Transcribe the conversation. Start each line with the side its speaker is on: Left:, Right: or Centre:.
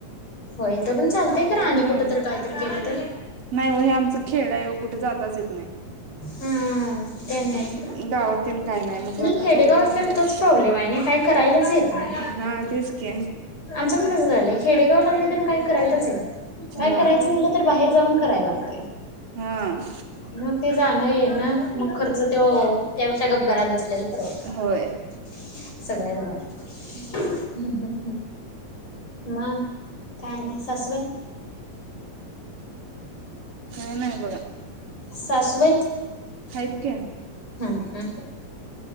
Left: होय इथं पण चालतय खर आणि
Right: ह
Left: कुठ तर काहीतरी केलं तर
Right: नाही हो हे आमचं खेड आहे ओ कुठं जाताच येत
Left: हम्म त्यांनी
Right: नाही
Left: हाइच खर नाही
Right: गावात तेन काय मग आता
Left: खेडेगाव
Right: कवटे
Left: असल्यान
Right: मंकाळात
Left: तोच प्रॉब्लेम आहे नि काय करायलाच येत नाही
Right: हा तेच की
Left: आमच पण तस झालंय खेडेगाव लागले आणि काय करायलाच काय
Right: हम्म
Left: करायचं म्हटलं तर बाहेर जाऊन. करायला लागतय.
Right: हम्म.
Left: मग ते जाणं येणं मग खर्च त्यो त्यापेक्षा गप घरात बस ल्याल परवडते
Right: होय
Left: सगळ्यात भारी. मग काय आणि सासुबाई.
Right: काय नाही बघा.
Left: सासुबाई.
Right: हाईत की.
Left: ह ह.